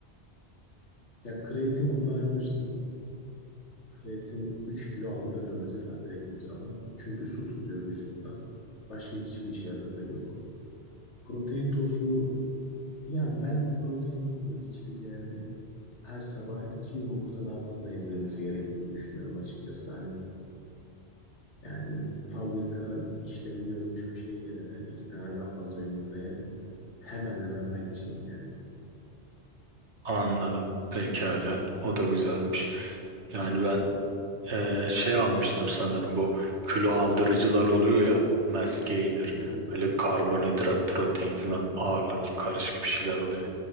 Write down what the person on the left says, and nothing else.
ya kreatin kullanabilirsin. Kreatin 3 kilo aldırıyor mesela direkt insana. Çünkü su tutuyor vücutta. Başka hiçbir işe yaradığı yok. Protein tozu yani ben protein tozu içileceğine her sabah iki yumurta daha fazla yedirilmesi gerektiğini düşünüyorum açıkçası. Hani yani fabrika işlemi görmüş bir şey yerine iki tane daha fazla yumurtaya hemen hemen aynı şey yani.
Hı hı.